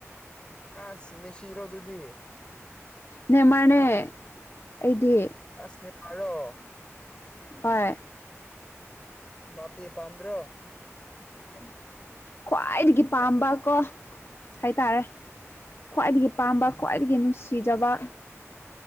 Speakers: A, on the left; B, on the left.
A: ꯑꯁ ꯃꯦꯁꯤꯔꯣ ꯑꯗꯨꯗꯤ
B: ꯅꯦꯃꯅꯦ ꯑꯩꯗꯤ
A: ꯑꯁꯅꯤꯕꯔꯣ
B: ꯍꯣꯏ
A: ꯕꯥꯄꯤꯤ ꯄꯥꯟꯗ꯭ꯔꯣ
B: ꯀ ꯈ꯭ꯋꯥꯏꯗꯒꯤ ꯄꯥꯝꯕ ꯀꯣ ꯍꯥꯏꯇꯥꯔꯦ ꯈ꯭ꯋꯥꯏꯗꯒꯤ ꯄꯥꯝꯕ ꯈ꯭ꯋꯥꯏꯗꯒꯤ ꯅꯨꯡꯁꯤꯖꯕ